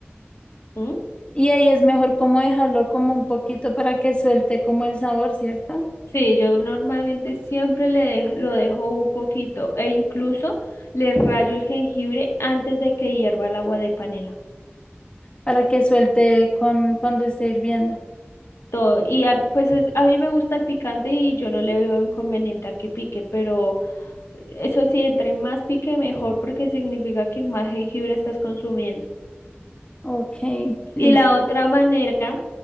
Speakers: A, on the left; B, on the left.
A: ¿Mm?
B: y ahí es mejor como dejarlo como un poquito para que suelte como el sabor, ¿cierto?
A: Sí, yo normalmente siempre le dej- lo dejo un poquito e incluso le rayo el jengibre antes de que hierva el agua de panela.
B: Para que suelte con cuando esté hirviendo.
A: todo. Y a- pues es- a mí me gusta el picante y yo no le veo inconveniente a que pique, pero eso sí, entre más pique mejor porque significa que más jengibre estás consumiendo.
B: Ok, listo.
A: Y la otra manera